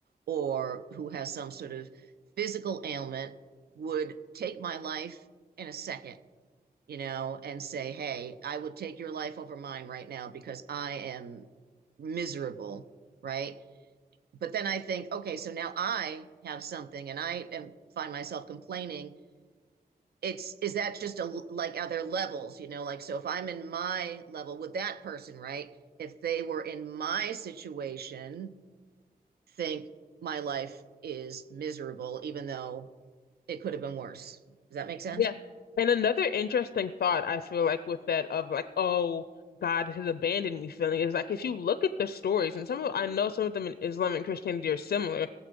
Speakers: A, on the right; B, on the left.
A: or who has some sort of physical ailment would take my life in a second, you know, and say, Hey, I would take your life over mine right now because I am miserable, right? But then I think, okay, so now I have something and I am, find myself complaining it's is that just a like are there levels you know like so if i'm in my level with that person right if they were in my situation think my life is miserable even though it could have been worse does that make sense
B: Yeah. And another interesting thought I feel like with that of like, oh, God has abandoned me feeling is like if you look at the stories, and some of I know some of them in Islam and Christianity are similar